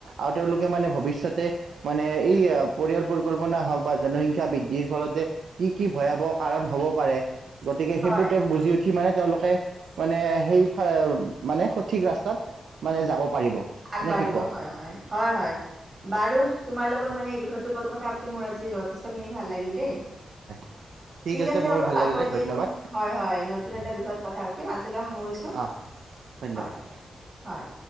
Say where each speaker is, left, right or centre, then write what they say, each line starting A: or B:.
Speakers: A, on the right; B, on the right.
A: আৰু তেওঁলোকে মানে ভৱিষ্যতে মানে এই পৰিয়াল পৰিকল্পনা হওক বা জনসংখ্যা বৃদ্ধিৰ ফলত কি কি ভয়াৱহ কাৰণ হ'ব পাৰে, গতিকে সেইবোৰ
B: হয়
A: তেওঁ বুজি উঠি মানে তেওঁলোকে মানে সেই মানে সঠিক ৰাস্তাত মানে যাব। পাৰিব
B: আগবাঢ়িব
A: নে কি কোৱা
B: হয় হয় হয় হয় বাৰু তোমাৰ লগত মানে এই বিষয়টোৰ ওপৰত কথা মোৰ আজি যথেষ্ট খিনি ভাল লাগিল দেই।
A: <unintelligible>
B: ঠিক আছে
A: মোৰো
B: বাৰু
A: ভাল
B: আকৌ
A: লাগিলে
B: এদিন
A: ধন্যবাদ
B: হয় হয় নতুন এটা বিষয়ত কথা পাতিম আজিলৈ সামৰিছো।
A: আহ আহ ধন্যবাদ।
B: হয়, হয়।